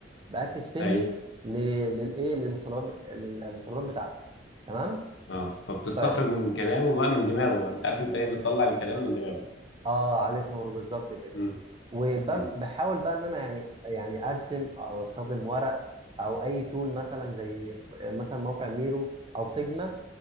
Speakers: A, on the right; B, on the left.
A: باكد فهمي
B: ايوه
A: ل- للايه للمتطلبات المتطلبات بتاعتك تمام
B: اه فبتستخرج
A: طيب
B: من كلامه بقى من دماغه انت عارف انت ايه بتطلع الكلام من دماغه
A: اه عليك نور بالظبط كده
B: مم.
A: وبحاول
B: مم.
A: بقى ان انا يعني يعني ارسم او استخدم ورق او اي تول مثلا زي ط- مثلا موقع ميرو او فيجما